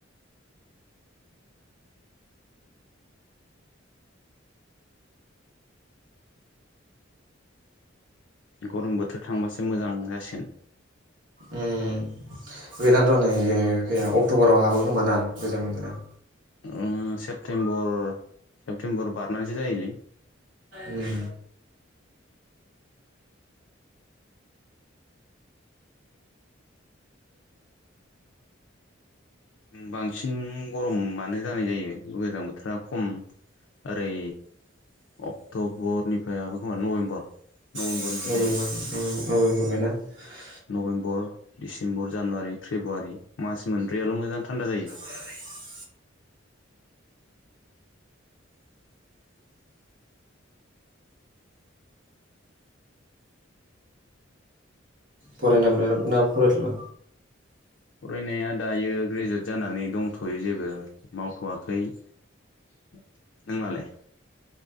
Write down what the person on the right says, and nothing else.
उम <inaudible> अक्ट'बराव हाबो खोमोना गोजां बोथोरा
उम
<inaudible>
<inaudible> फरायनायफ्रा जोबबाय ना फरायथला